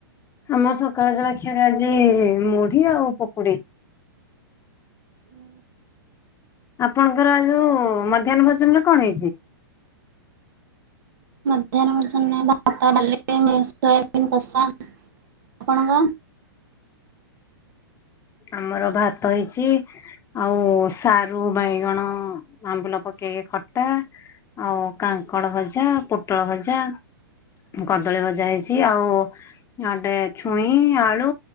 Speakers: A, on the left (about 20°); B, on the right (about 60°).
A: ଆମ ସକାଳ ଜଳଖିଆରେ ଆଜି ମୁଢି ଆଉ ପକୁଡି
B: ହୁଁ
A: ଆପଣଙ୍କର ଆ ଯଉ ମଧ୍ୟାହ୍ନ ଭୋଜନରେ କଣ ହେଇଛି?
B: ମଧ୍ୟାହ୍ନ ଭୋଜନରେ ଭାତ ଡାଲି ମିକ୍ସ ସୋୟାବିନ୍ କସା ଆପଣଙ୍କ?
A: ଆମର ଭାତ ହେଇଛି ଆଉ ସାରୁ ବାଇଗଣ ଆମ୍ବୁଲ ପକେଇକି ଖଟା ଆଉ କାଙ୍କଡ ଭଜା ପୋଟଳ ଭଜା କଦଳୀ ଭଜା ହେଇଛି ଆଉ ଆଉଟେ ଛୁଇଁ ଆଳୁ